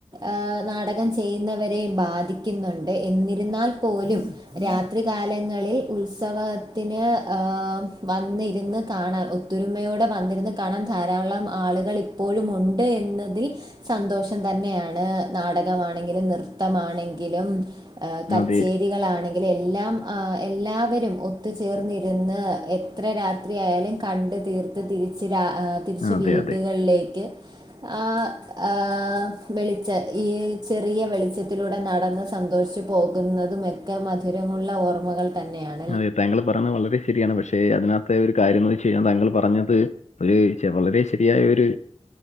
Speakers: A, on the right; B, on the left.
A: ആഹ് നാടകം ചെയ്യ്ന്നവരേം ബാധിക്കുന്നുണ്ട് എന്നിരുന്നാൽ പോലും രാത്രി കാലങ്ങളിൽ ഉത്സവത്തിന് ഏഹ് വന്നിരിന്ന് കാണാൻ ഒത്തൊരുമയോടെ വന്നിരുന്ന് കാണാൻ ധാരാളം ആളുകൾ ഇ ഇപ്പോഴും ഉണ്ട് എന്നതിൽ സന്തോഷം തന്നെയാണ് നാടകമാണെങ്കിലും നൃത്തമാണെങ്കിലും ഏഹ് കച്ചേരികളാണെങ്കില്
B: അതെ.
A: എല്ലാം ആഹ് എല്ലാവരും ഒത്ത് ചേർന്നി ര്ന്ന് എത്ര രാത്രിയായാലും കണ്ട് തീർത്ത് തിരിച്ച് രാ ഏഹ് തിരിച്ച്
B: അതെ
A: വീട്കൾലേക്ക്
B: അതെ.
A: ആഹ് ആഹ് വെളിച്ച ഈ ചെറിയ വെളിച്ചത്തിലൂടെ നടന്ന് സന്തോഷ്ചു പോകുന്നതും ഒക്കെ മധുരമുള്ള ഓർമ്മകൾ തന്നെയാണ്
B: അതെ താങ്കൾ പറഞ്ഞത് വളരെ ശരിയാണ് പക്ഷേ അതിനകത്തെ ഒരു കാര്യങ്ങൾ ചെയ്യാൻ താങ്കൾ പറഞ്ഞത് ഒര് വളരെ ശെരിയായ ഒര്